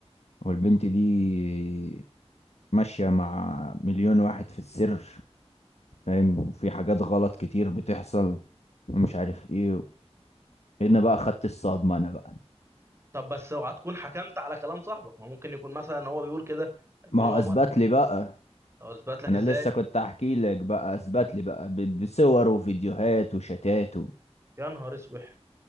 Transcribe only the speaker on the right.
اه
آه.
طب
طب بس اوعى تكون حكمت على كلام صاحبك ما ممكن يكون مثلا هو بيقول كده يكون
هو
مثلا
او اثبت لك
ازاي
يا نهار اسوح